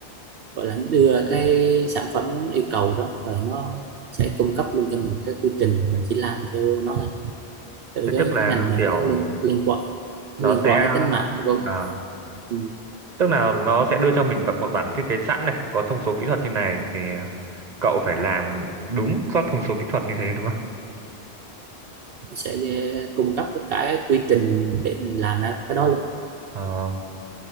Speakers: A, on the right (about 70°); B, on the right (about 45°).
A: gọi là đưa cái sản phẩm yêu cầu đó rồi nó sẽ cung cấp luôn cho mình cái quy trình mình chỉ làm theo nó thôi tại vì
B: thế
A: cái
B: tức là
A: cái ngành này
B: kiểu
A: nó liên liên quan
B: nó
A: nó liên
B: sẽ
A: quan đến tính mạng đúng không
B: à,
A: ừ.
B: Tức là nó sẽ đưa cho mình một bản thiết kế sẵn này, có thông số kỹ thuật như này thì cậu phải làm đúng các thông số kỹ thuật như thế đúng không?
A: nó sẽ li- cung cấp tất cả cái quy trình để mình làm ra cái đó luôn
B: Ờ.